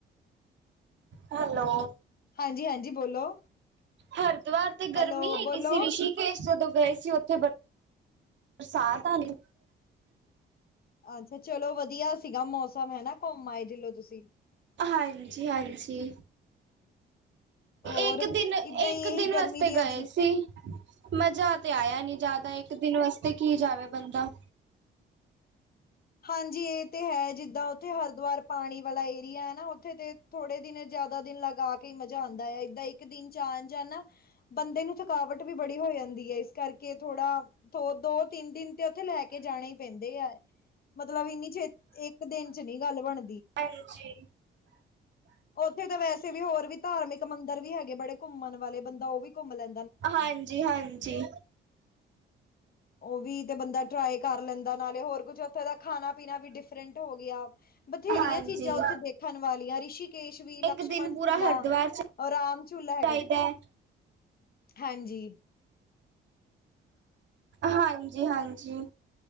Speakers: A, on the right (about 65°); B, on the left (about 50°).
A: hello.
B: ਹਾਂਜੀ- ਹਾਂਜੀ ਬੋਲੋ।
A: ਹਰਿਦੁਆਰ ਤੇ ਗਰਮੀ
B: ਹੈਲੋ
A: ਹੈਗੀ
B: ਬੋਲੋ
A: ਸੀ। ਰਿਸ਼ੀ ਅਸੀਂ ਜਦੋਂ ਗਏ ਸੀ, ਉੱਥੇ ਬਰਸਾਤ ਆ ਗਈ।
B: ਅੱਛਾ, ਚਲੋ ਵਧੀਆ ਸੀਗਾ ਮੌਸਮ ਹੈਨਾ, ਘੁੰਮ ਆਏ ਦਿਲੋਂ ਤੁਸੀਂ।
A: ਹਾਂਜੀ- ਹਾਂਜੀ।
B: ਹੋਰ
A: ਇੱਕ
B: ਏਦਾਂ
A: ਦਿਨ, ਇੱਕ
B: ਹੀ ਇਹੀ
A: ਦਿਨ
B: ਗਰਮੀ
A: ਵਾਸਤੇ
B: ਦੀਆਂ
A: ਗਏ
B: ਛੁੱਟ
A: ਸੀ। ਮਜ਼ਾ ਤੇ ਆਇਆ ਨੀ ਜਿਆਦਾ, ਇੱਕ ਦਿਨ ਵਾਸਤੇ ਕੀ ਜਾਵੇ ਬੰਦਾ।
B: ਹਾਂਜੀ, ਇਹ ਤੇ ਹੈ ਜਿੱਦਾਂ ਉੱਥੇ ਹਰਿਦੁਆਰ ਪਾਣੀ ਵਾਲਾ ਏਰੀਆ ਹੈਨਾ, ਉੱਥੇ ਤੇ ਥੋੜੇ ਦਿਨ ਜ਼ਿਆਦਾ ਦਿਨ ਲਗਾ ਕੇ ਮਜ਼ਾ ਆਦਾ ਹੈ। ਏਦਾਂ ਇੱਕ ਦਿਨ 'ਚ ਆਨ ਜਾਨਾ ਬੰਦੇ ਨੂੰ ਥਕਾਵਟ ਵੀ ਬੜੀ ਹੋ ਜਾਂਦੀ ਏ ਇਸ ਕਰਕੇ ਥੋੜਾ ਦੋ, ਦੋ-ਤਿੰਨ ਦਿਨ ਤੇ ਓਥੇ ਲੈ ਕੇ ਜਾਣੇ ਈ ਪੈਂਦੇ ਐ ਮਤਲਬ ਇੰਨੀ ਛੇਤ, ਏੱਕ ਦਿਨ 'ਚ ਨੀ ਗੱਲ ਬਣ
A: ਹਾਂਜੀ।
B: ਓਥੇ ਤਾਂ ਵੈਸੇ ਵੀ ਹੋਰ ਵੀ ਧਾਰਮਿਕ ਮੰਦਰ ਵੀ ਹੈਗੇ ਬੜੇ ਘੁੰਮਨ ਵਾਲੇ ਬੰਦਾ ਓ ਵੀ ਘੁੰਮ ਲੈਂ
A: ਹਾਂਜੀ-ਹਾਂਜੀ।
B: ਓ ਵੀ ਤੇ ਬੰਦਾ ਟ੍ਰਾਏ ਕਰ ਲੈਂਦਾ ਨਾਲੇ ਹੋਰ ਕੁਛ ਓਥੇ ਦਾ ਖਾਨਾ ਪੀਨਾ ਵੀ ਡਿਫ ਰੈਂਟ ਹੋ ਗਿਆ। ਬਥੇਰੀਆਂ
A: ਹਾਂਜੀ
B: ਚੀਜਾਂ ਓਥੇ ਦੇਖਨ ਵਾਲੀਆਂ ਰਿਸ਼ੀ ਕੇਸ਼ ਵੀ, ਲਕਸ਼ਮਣ
A: ਇੱਕ ਦਿਨ ਪੂਰਾ
B: ਝੂਲਾ
A: ਹਰਿਦੁਆਰ
B: ਔਰ ਰਾਮ ਝੂਲਾ
A: ਚਾਹੀਦਾ
B: ਹੈਗਾ।
A: ਹੈ
B: ਹਾਂਜੀ।
A: ਹਾਂਜੀ-ਹਾਂਜੀ,